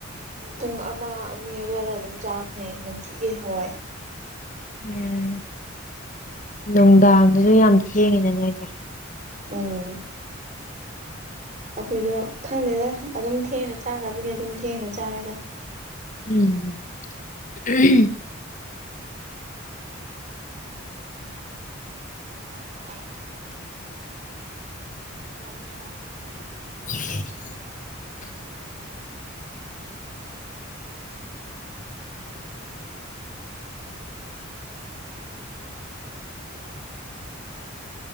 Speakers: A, on the right; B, on the left.
A: ꯄꯨꯡ ꯑꯃ ꯑꯅꯤ ꯑꯗꯨꯋꯥꯏꯗ ꯑꯗꯨꯝ ꯆꯥꯝꯅꯦ ꯅꯨꯡꯇꯤꯒꯤ ꯍꯋꯥꯏ
B: ꯎꯝ ꯅꯨꯡꯗꯥꯡꯗꯁꯨ ꯌꯥꯝ ꯊꯦꯡꯉꯤꯅ ꯅꯣꯏꯁꯦ
A: ꯎꯝ ꯑꯩꯈꯣꯏꯗꯣ ꯈꯪꯗꯦꯗ ꯑꯗꯨꯝ ꯊꯦꯡꯅ ꯆꯥꯈ꯭ꯔꯕꯒꯤ ꯑꯗꯨꯝ ꯊꯦꯡꯅ ꯆꯥꯔꯦꯗ
B: ꯎꯝ <unintelligible>
A: <unintelligible> <unintelligible>
B: <unintelligible>